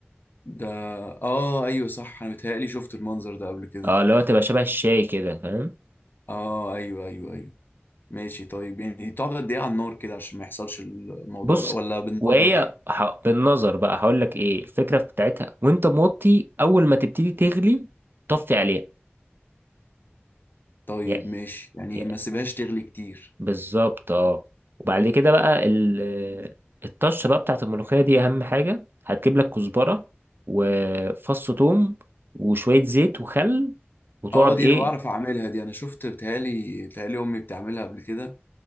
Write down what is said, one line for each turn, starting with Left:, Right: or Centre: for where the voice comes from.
Left: ده اه ايوه صح انا متهيألي شفت المنظر ده قبل كده
Right: اه اللي هو تبقى شبه الشاي كده فاهم
Left: اه ايوه ايوه ايوه ماشي طيب يعني بتقعد قد ايه على النار كده عشان ما يحصلش الموضوع
Right: بص
Left: ده ولا بالنظر
Right: وهي ح... بالنظر بقى هقول لك ايه الفكره بتاعتها وانت موطي اول ما تبتدي تغلي طفي عليها
Left: طيب
Right: يا-
Left: ماشي يعني
Right: يا-
Left: ما سيبهاش تغلي كتير
Right: بالظبط اه وبعد كده بقى ال... الطشه بقى بتاعت الملوخيه دي اهم حاجه هتجيب لك كزبره وفص ثوم وشويه زيت وخل وتقعد
Left: اه دي
Right: ايه
Left: انا بعرف اعملها دي انا شفت بتهيألي بتهيألي امي بتعملها قبل كده